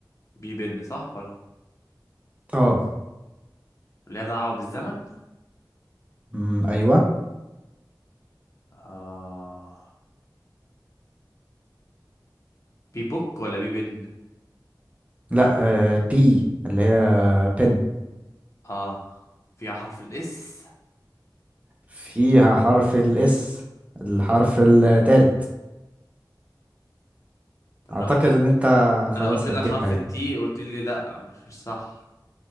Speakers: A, on the left; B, on the right.
A: بي بن صح ولا
B: اه
A: ليها دعوة بالزمن
B: مم، أيوة
A: آه. بي بوك ولا بي بن
B: لا آه بي اللي هي بن
A: اه فيها حرف الاس
B: فيها حرف الاس الحرف التالت اعتقد
A: انا قلت
B: ان انت خلاص
A: انا قلت لك
B: هتجيبها
A: حرف التي
B: يعني
A: قلت لي لا مش مش صح